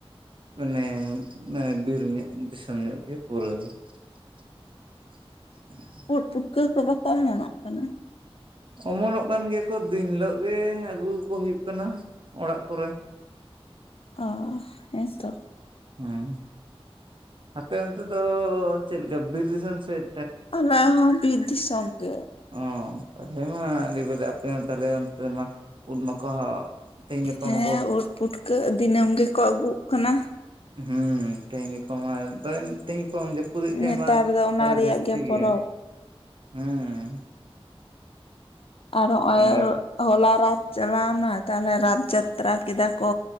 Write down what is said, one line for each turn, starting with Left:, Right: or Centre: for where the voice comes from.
Right: ᱢᱟᱱᱮ ᱢᱟᱱᱮ ᱵᱤᱨ ᱧᱚᱜ ᱫᱤᱥᱚᱢ ᱧᱚᱜ ᱜᱮ ᱯᱩᱨᱟᱹ ᱜᱮ᱾ <inaudible>
Left: ᱩᱫ ᱯᱩᱴᱠᱟᱹ ᱠᱚ ᱵᱟᱠᱚ ᱚᱢᱚᱱᱚᱜ ᱠᱟᱱᱟ?
Right: ᱚᱢᱚᱱᱚᱜ ᱠᱟᱱ ᱜᱮᱭᱟ ᱠᱚ ᱫᱤᱱ ᱦᱤᱞᱳᱜ ᱜᱮ ᱟᱹᱜᱩ ᱠᱚ ᱦᱩᱭᱩᱜ ᱠᱟᱱᱟ ᱚᱲᱟᱜ ᱠᱚᱨᱮ᱾
Left: ᱚ ᱦᱮᱸ ᱛᱚ᱾
Right: ᱦᱩᱸ ᱟᱯᱮ ᱚᱱᱛᱮ ᱫᱚ ᱪᱮᱫ ᱞᱮᱠᱟ ᱵᱤᱨ ᱫᱤᱥᱚᱢ ᱥᱮᱫ
Left: ᱟᱞᱮ ᱦᱚᱸ ᱵᱤᱨ ᱫᱤᱥᱚᱢ ᱜᱮ᱾
Right: ᱚ ᱛᱟᱞᱦᱮ ᱢᱟ ᱟᱹᱰᱤ ᱵᱷᱟᱞᱮ ᱟᱯᱮ ᱦᱚᱸ ᱛᱟᱦᱞᱮ ᱚᱱᱛᱮ ᱢᱟ ᱩᱫ ᱢᱟᱠᱚ ᱛᱮᱦᱮᱧ ᱜᱟᱯᱟ
Left: ᱦᱮᱸ
Right: ᱢᱟᱠᱚ
Left: ᱳᱫ ᱯᱩᱴᱠᱟᱹ ᱫᱤᱱᱟᱹᱢ ᱜᱮᱠᱚ ᱟᱹᱜᱩᱜ ᱠᱟᱱᱟ᱾
Right: ᱦᱩᱸ ᱛᱤᱦᱤᱧ ᱜᱟᱯᱟ ᱢᱟ ᱫᱚ ᱛᱤᱦᱤᱧ ᱜᱟᱯ ᱡᱟᱹᱯᱩᱫ ᱮᱜ ᱛᱟᱦᱮᱸᱫ
Left: ᱱᱮᱛᱟᱨ
Right: ᱢᱟ
Left: ᱫᱚ ᱚᱱᱟ
Right: ᱟᱨᱚ
Left: ᱨᱮᱭᱟᱜ
Right: ᱡᱟᱹᱥᱛᱤ
Left: ᱯᱚᱨᱚᱵᱽ
Right: ᱜᱮ ᱦᱩᱸ᱾
Left: ᱟᱨ ᱦᱚᱸᱜ-ᱚᱭ
Right: ᱛᱮᱦᱮᱧ ᱦᱮᱸ
Left: ᱦᱚᱞᱟ ᱨᱟᱛ ᱪᱟᱞᱟᱣᱱᱟ ᱛᱟᱞᱦᱮ ᱨᱟᱛ ᱡᱟᱛᱨᱟ ᱠᱮᱫᱟ ᱠᱚ